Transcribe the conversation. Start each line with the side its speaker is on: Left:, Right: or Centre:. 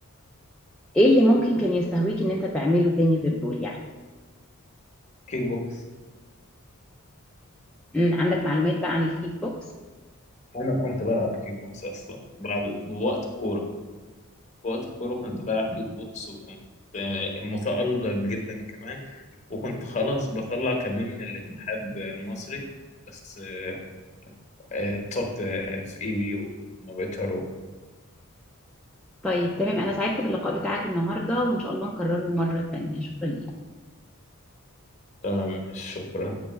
Centre: ايه اللي ممكن كان يستهويك ان انت تعمله تاني غير دول يعني
Left: كيك بوكس
Centre: امم عندك معلومات بقى عن الكيك بوكس
Left: أنا كنت بلعب كيك بوكس أصلا بعد وقت الكورة في وقت الكورة كنت بلعب كيك بوكس وكنت آه، متألق جدا كمان وكنت خلاص بطلع كارنيه من الاتحاد المصري بس آه، اتصبت آه، في ايدي وما بقتش اروح
Centre: طيب تمام انا سعدت باللقاء بتاعك النهارده وان شاء الله نكرره مره تانيه شكرا ليك.
Left: تمام شكرا